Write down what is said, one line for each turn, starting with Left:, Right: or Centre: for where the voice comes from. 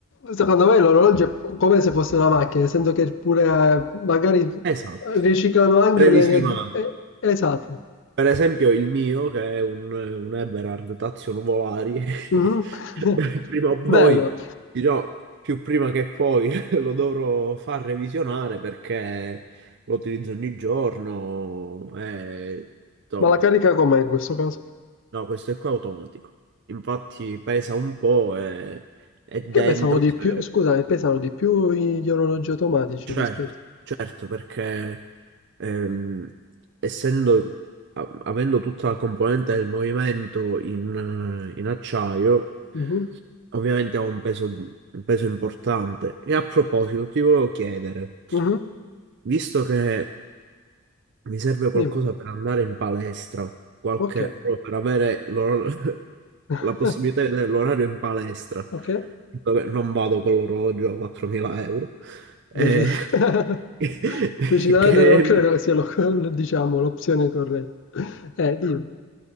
Left: secondo me l'orologio è come se fosse una macchina, nel senso che pure eh, magari
Right: Esatto.
Left: riciclano anche
Right: Previsionale.
Left: le energie. eh, esatto.
Right: Per esempio il mio, che è un, un Eberhard Tazio Nuvolari,
Left: Mhm.
Right: <laughs>
Left: <laughs>
Right: prima o poi,
Left: Bello.
Right: dirò più prima che poi, <laughs> lo dovrò far revisionare perché lo utilizzo ogni giorno e insomma,
Left: Ma la carica com'è in questo caso?
Right: no, questo è qua automatico. Infatti pesa un po' e... E dentro,
Left: Che pesano di
Right: se-
Left: più, scusami, pesano di più i- gli orologi automatici
Right: Certo,
Left: rispetto.
Right: certo, perché ehm, essendo, a- avendo tutta la componente del movimento in, eh, in acciaio,
Left: Mhm.
Right: ovviamente ha un peso, un peso importante. E a proposito, ti volevo chiedere,
Left: Mhm.
Right: visto che mi serve qualcosa
Left: Dimmi.
Right: per andare in palestra, qualche,
Left: Ok.
Right: proprio per avere l'or- <laughs>
Left: <laughs>
Right: la possibilità di vedere l'orario in palestra,
Left: Ok.
Right: dove non vado con l'orologio a 4.000 euro, eh,
Left: Dece- <laughs>
Right: <laughs>
Left: Decisamente
Right: che,
Left: non credo
Right: mi-
Left: che sia lo- <laughs> diciamo, l'opzione corretta. Eh, dimmi,